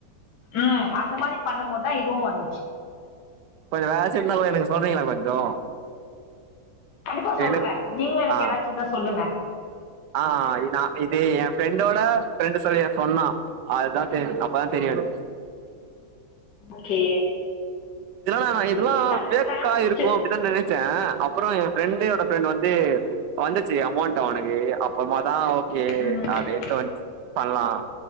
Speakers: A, on the left (about 75°); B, on the right (about 75°).
A: ம் அந்த மாரி பண்ணும்போதா இதுவு வந்துச்சு
B: கொஞ்சோ வேரெதாச்சு இருந்தா கூடோ எனக்கு சொல்றீங்களா கொஞ்சோ
A: கண்டிப்பா சொல்ற
B: எனக்கு
A: நீங்களு எனக்கு
B: ஆ
A: எதாச்சு இருந்தா சொல்லுங்க
B: ஆ நா இது என் ஃப்ரெண்டோட ஃப்ரெண்டு் சொல்லி எனக் சொன்னா அதுதா தெ அப்பதா தெரியு எனக்
A: ஓகே
B: இதெல்லானா நா இதெல்லா
A: இதுலயே தமிழ்
B: பேக்கா
A: டிரான்சிஸ்டர்
B: இருக்கு அப்டிதா நெனைச்சே அப்பறோ ஃப்ரெண்டோட ஃப்ரெண்ட் வந்து வந்துச்சு அமௌண்ட் அவனுக்கு அப்பறமா தா கே
A: ம்
B: அப்டின்ட்டு வந்ட்டு பண்லா